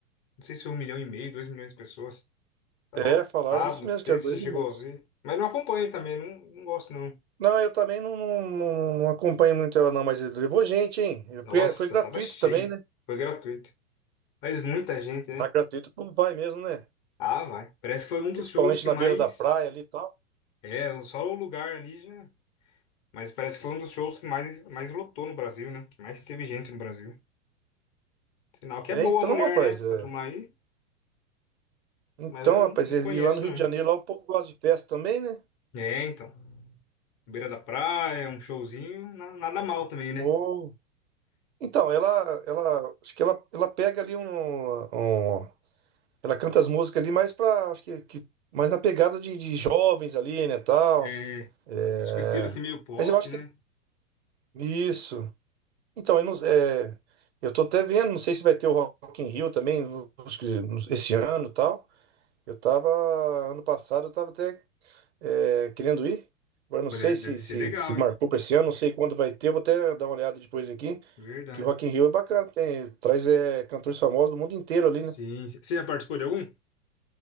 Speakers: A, on the left (about 40°); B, on the right (about 65°).
A: Não sei se foi um milhão e meio, dois milhões de pessoas. Tava
B: É,
A: lotado.
B: falaram isso mesmo,
A: Não sei
B: que era
A: se
B: dois
A: você chegou
B: minutos.
A: a ver. Mas não acompanho também, não, não gosto não.
B: Não, eu também não, não, não- não acompanho muito ela, não, mas ele levou gente, hein? Eu-
A: Nossa,
B: Porque foi gratuito
A: tava cheia.
B: também, né?
A: Foi gratuito. Mas muita gente, né?
B: Na gratuito, o povo vai mesmo, né?
A: Ah, vai. Parece que foi um dos
B: Principalmente
A: shows que
B: na
A: mais.
B: beira da praia ali e tal.
A: É, só o lugar ali já. Mas parece que foi um dos shows que mais, mais lotou no Brasil, né? Que mais teve gente no Brasil. Sinal que
B: É,
A: é boa
B: então,
A: a mulher,
B: rapaz,
A: né?
B: é.
A: Pra turma aí.
B: Então,
A: Mas eu
B: rapaz,
A: não
B: e
A: conheço,
B: lá no Rio
A: não.
B: de Janeiro, lá o povo gosta de festa também, né?
A: É, então. Beira da praia, um showzinho. na- Nada mal também, né?
B: Ou... Então, ela, ela, acho que ela, ela pega ali um, um, Ela canta as músicas ali mais pra, acho que, que mais na pegada de, de jovens ali, né, tal.
A: É,
B: É,
A: acho que o estilo assim meio pop,
B: Mas eu acho
A: né?
B: que isso. Então, eu não, é, eu tô até vendo, não sei se vai ter o Rock in Rio também, no- acho que no- esse ano, e tal. Eu tava ano passado, eu tava até é, querendo ir. Agora não
A: Pô,
B: sei
A: Deve,
B: se,
A: deve ser
B: se,
A: legal,
B: se marcou
A: hein?
B: para esse ano, não sei quando vai ter, eu vou até dar uma olhada depois aqui.
A: É Verdade.
B: Que Rock in Rio é bacana, tem, traz é, cantores famosos do mundo inteiro
A: Sim.
B: ali, né?
A: Você já participou de algum?